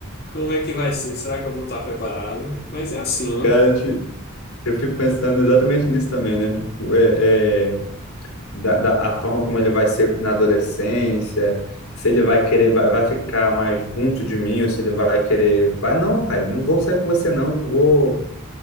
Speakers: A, on the left; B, on the left.
A: como é que vai ser? Será que eu vou estar preparado? Mas é assim,
B: Cara,
A: né?
B: Eu fico pensando exatamente nisso também, né? Tipo, é, é, da, da- a forma como ele vai ser na adolescência, se ele vai querer, vai, vai ficar mais junto de mim, ou se ele vai querer, vai, não, pai, não vou sair com você, não, eu vou